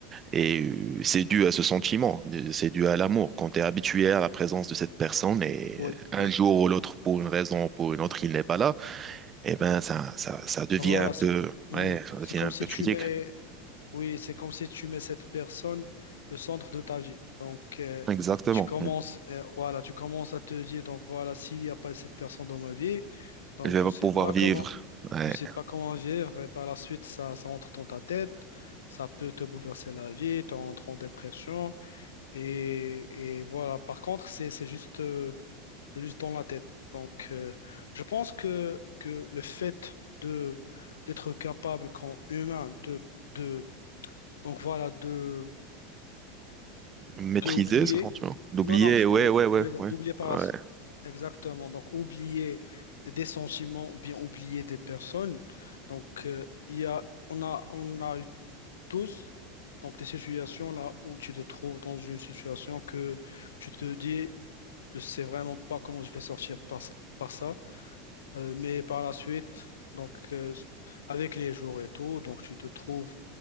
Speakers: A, on the right (about 30°); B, on the left (about 75°).
A: et euh, c'est dû à ce sentiment, euh, c'est dû à l'amour. Quand tu es habitué à la présence de cette personne et
B: Oui,
A: euh, un
B: oui.
A: jour ou l'autre, pour une raison ou pour une autre, il n'est pas là, eh ben ça, ça, ça devient
B: Donc voilà,
A: un peu,
B: c'est, Mhm.
A: ouais, ça devient
B: c'est comme
A: un
B: si
A: peu
B: tu
A: critique.
B: mets, oui, c'est comme si tu mets cette personne le centre de ta vie. Donc, euh,
A: Exactement.
B: tu commences, euh, voilà, tu commences à te dire, donc voilà, s'il n'y a pas cette personne dans ma vie, donc
A: Je vais
B: je sais
A: pouvoir
B: pas
A: vivre.
B: comment.
A: Ouais.
B: Tu sais pas comment vivre et par la suite, ça, ça entre dans ta tête, ça peut te bouleverser la vie, tu entres en dépression et, et voilà. Par contre, c'est, c'est juste, euh, c'est juste dans la tête. Donc, euh, je pense que, que le fait de d'être capable, quand humain, de, de, donc voilà, de,
A: Maîtriser,
B: de oublier
A: ça se rend, tu vois. D'oublier,
B: Non, non, je
A: ouais,
B: voulais,
A: ouais, ouais,
B: je voulais dire
A: ouais.
B: d'oublier par
A: Ouais,
B: la... Exactement. Donc, oublier des sentiments ou bien oublier des personnes. Donc, euh, il y a, on a, on a eu tous donc, des situations là où tu te trouves dans une situation que tu te dis, je sais vraiment pas comment je vais sortir par, par ça. Euh, mais par la suite, donc, euh, avec les jours et tout, donc, tu te trouves